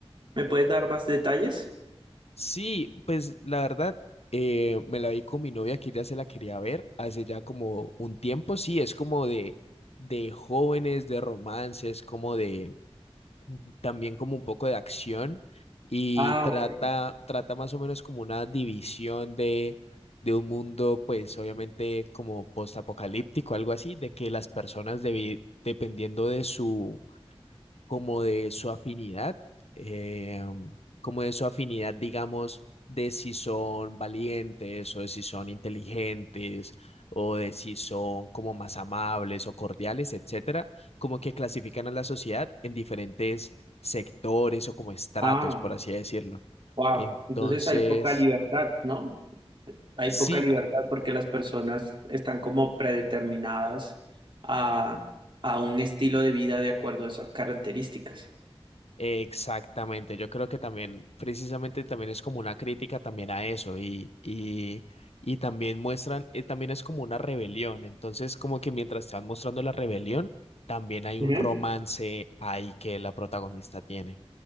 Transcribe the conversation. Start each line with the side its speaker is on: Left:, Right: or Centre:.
Right: me puedes dar más detalles.
Left: Sí, pues la verdad, eh, me la vi con mi novia que ella se la quería ver hace ya como un tiempo. Sí, es como de, de jóvenes, de romances, como de también como un poco de acción y
Right: Ah,
Left: trata,
Right: ok.
Left: trata más o menos como una división de, de un mundo, pues obviamente como postapocalíptico, algo así, de que las personas debi- dependiendo de su como de su afinidad, eh, como de su afinidad, digamos, de si son valientes o de si son inteligentes o de si son como más amables o cordiales, etcétera, como que clasifican a la sociedad en diferentes sectores o como estratos,
Right: Ah,
Left: por así decirlo.
Right: wow.
Left: Entonces,
Right: Entonces hay poca libertad, ¿no? Hay
Left: sí,
Right: poca libertad porque las personas están como predeterminadas a, a un estilo de vida de acuerdo a esas características.
Left: Exactamente, yo creo que también, precisamente también es como una crítica también a eso y, y, y también muestran, eh, también es como una rebelión, entonces como que mientras te van mostrando la rebelión, también hay
Right: Ujú.
Left: un romance ahí que la protagonista tiene.